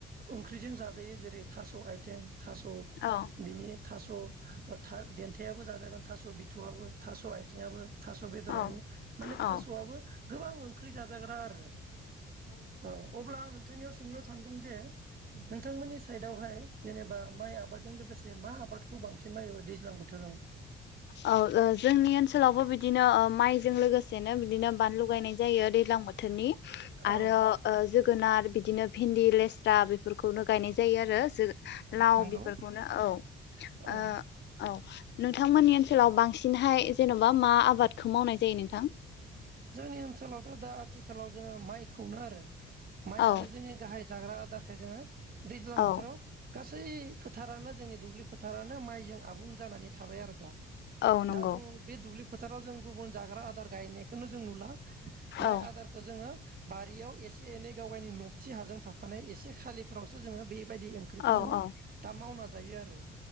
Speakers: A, on the right; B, on the left.
A: ओंख्रिजों जाजायो जेरै थास' आइटें थास'
B: औ
A: बिनि थास' थां देनथायाबो जाजागोन थास' बिथआबो थास' आयथिङाबो थास' बेदराबो
B: औ
A: माने
B: औ
A: थास'आबो गोबां ओंख्रि जाजाग्रा आरो औ अब्ला आं नोंथांनियाव सोंनो सानदों जे नोंथांमोननि साइडआवहाय जेनेबा माइ आबादजों लोगोसे मा आबाद खौ बांसिन म दैज्लां बोथोराव?
B: औ ओ जोंनि ओनसोलावबो बिदिनो ओ माइजों लोगोसेनो बिदिनो बानलुगायनाय जायो दैज्लां बोथोर बोथोरनि आरो
A: औ
B: ओ जोगोनार बि बिदिनो भिन्दि लेस्रा बेफोरखौनो गायनाय जायो आरो जो लाव
A: नंगौ
B: बेफोरखौनो औ ओ
A: औ
B: औ नोंथांमोननि ओन ओनसोलाव बांसिनहाय जेन'बा मा आबादखौ मावनाय जायो नोंथां?
A: जोंनि ओनसोलावथ' दा आथिखालाव जों माइखौनो आरो माइयानो
B: औ
A: जों गाहाय जाग्रा आदारखाय जोङो दैज्लां
B: औ
A: बोथोराव गासै फोथारानो जोंनि दुब्लि फोथारानो माइजों आबुं जानानै थाबाय आरो दा
B: औ नंगौ
A: दा जों बे दुब्लि फोथाराव जों गुबुन जाग्रा आदार गायनाय बेखौनो जों नुला जाय
B: औ
A: आदारखौ जोङो बारियाव एसे एनै गाव गावनि न'थि हाजों थाफानाय एसे खालिफोरावसो जोङो बे बायदि ओंख्रिखौ
B: औ
A: जोंङो
B: औ
A: दा मावना जायो आरो